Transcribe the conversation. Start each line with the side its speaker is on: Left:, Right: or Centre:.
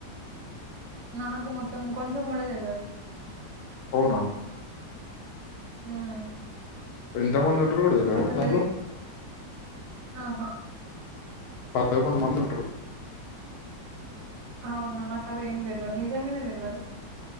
Right: నాకు మొత్తం కొంచెం కూడా తెలువది
Left: అవునా
Right: ఉహ్మ్
Left: ఎంత మంది ఉంటారు కూడా తెలియదా
Right: అసలే
Left: దాంట్లో
Right: ఆహా
Left: పదకొండు మంది ఉంటారు
Right: అవునా నాకది ఏం తెలువది నిజంగానే తెలువది